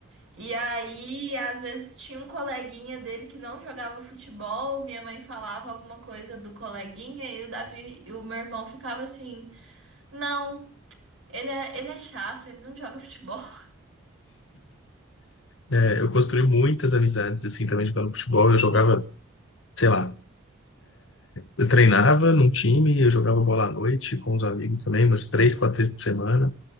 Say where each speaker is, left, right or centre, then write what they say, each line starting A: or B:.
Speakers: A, on the right; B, on the left.
A: E aí, às vezes tinha um coleguinha dele que não jogava futebol, minha mãe falava alguma coisa do coleguinha e o Davi, e o meu irmão ficava assim: "Não, ele é, ele é chato, ele não joga futebol". <laughs>
B: É, é, eu construí muitas amizades, assim, também jogando futebol. Eu jogava, sei lá, eu treinava num time, eu jogava bola à noite com os amigos também, umas três, quatro vezes por semana.